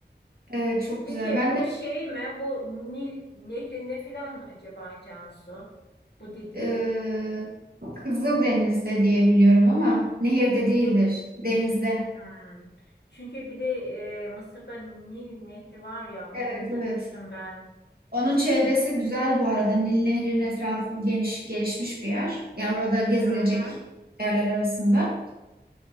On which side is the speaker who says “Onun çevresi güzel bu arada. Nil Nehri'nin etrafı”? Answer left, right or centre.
Right